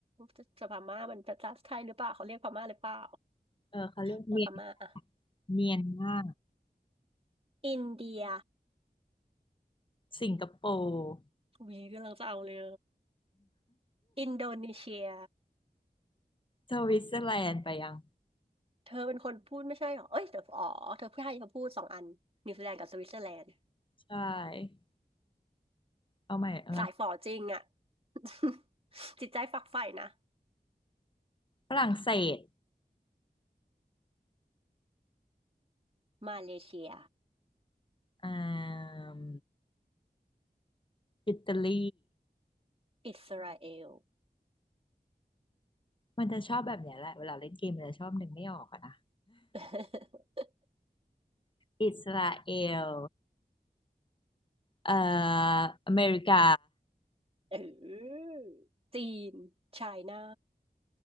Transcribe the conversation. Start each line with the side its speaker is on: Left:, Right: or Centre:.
Right: จะจะพม่ามันเป็นภาษาไทยหรือเปล่าเขาเรียกพม่าหรือเปล่า
Left: เออเขาเรียกเมียน
Right: เออพม่าอ่ะ
Left: เมียนมา
Right: อินเดีย
Left: สิงคโปร์
Right: วีกำลังจะเอาเลยอินโดนีเซีย
Left: สวิตเซอร์แลนด์ไปยัง
Right: เธอเป็นคนพูดไม่ใช่เหรอเอ้ยเธออ๋อเธอพูดให้เธอพูดสองอันนิวซีแลนด์กับสวิตเซอร์แลนด์
Left: ใช่เอาใหม่เอางั้น
Right: สายฝอจริงอ่ะ <laughs> จิตใจฝักใฝ่นะ
Left: ฝรั่งเศส
Right: มาเลเซีย
Left: อ่ามอิตาลี
Right: อิสราเอล
Left: มันจะชอบแบบเนี้ยแหละเวลาเล่นเกมมันจะชอบนึกไม่ออกอะนะ
Right: <laughs>
Left: อิสราเอลเอ่ออเมริกา
Right: เออจีนไชน่า